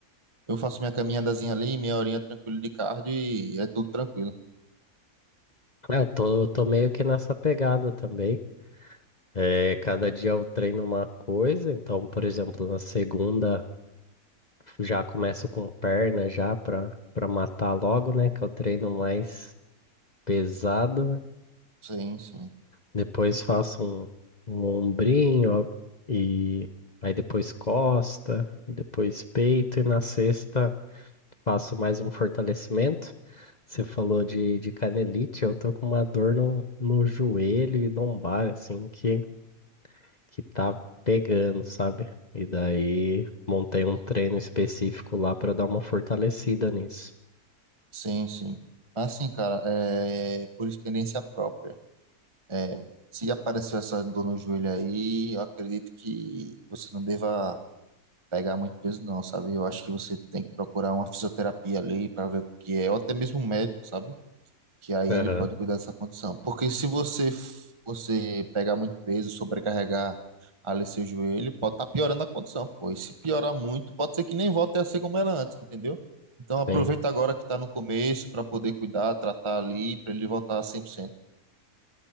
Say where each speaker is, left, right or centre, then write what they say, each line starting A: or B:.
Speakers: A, on the right; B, on the left.
A: eu faço minha caminhadazinha ali, meia horinha tranquilo de cardio e é tudo tranquilo.
B: É, Eu tô, tô meio que nessa pegada também. É, cada dia eu treino uma coisa, então, por exemplo, na segunda. Já começo com perna já para para matar logo, né? Que é o treino mais pesado. né?
A: Sim, sim.
B: Depois faço um, um ombrinho ó, e aí depois costa, e depois peito e na sexta faço mais um fortalecimento. Você falou de, de canelite, eu tô com uma dor no, no joelho e lombar, assim, que, que tá pegando, sabe? E daí montei um treino específico lá para dar uma fortalecida nisso.
A: Sim, sim. Assim, cara, é por experiência própria. É, se apareceu essa dor no joelho aí, eu acredito que você não deva pegar muito peso, não, sabe? Eu acho que você tem que procurar uma fisioterapia ali para ver o que que é, ou até mesmo um médico, sabe? que aí
B: Aham,
A: ele pode cuidar dessa condição. Porque se você f- você pegar muito peso, sobrecarregar ali seu joelho, pode estar piorando a condição, pô. E se piorar muito, pode ser que nem volte a ser como era antes, entendeu? Então aproveita
B: sim.
A: agora que está no começo para poder cuidar, tratar ali, para ele voltar a 100%.